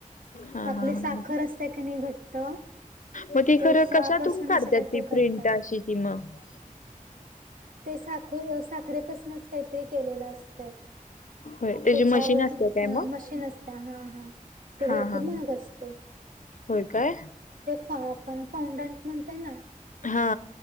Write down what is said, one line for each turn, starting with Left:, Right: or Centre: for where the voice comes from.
Left: हा
Right: आपले
Left: हा हा
Right: साखर असत्या काय नाही घट्ट
Left: मग ती
Right: तेचापासून
Left: खरं कशातून काढतात
Right: असं काहीतरी
Left: ती
Right: करतात.
Left: प्रिंट अशी ती मग
Right: ते साखू साखरेपासूनच काहीतरी केलेलं असतय.
Left: होय त्याची
Right: तेच्यावर
Left: मशीन असते काय
Right: हा
Left: मग
Right: मशीन असत्या हा हा. ते
Left: हा
Right: भरपूर
Left: हा
Right: महाग असतय.
Left: होय काय?
Right: हा आपण फाऊडंट म्हणतय ना,
Left: हा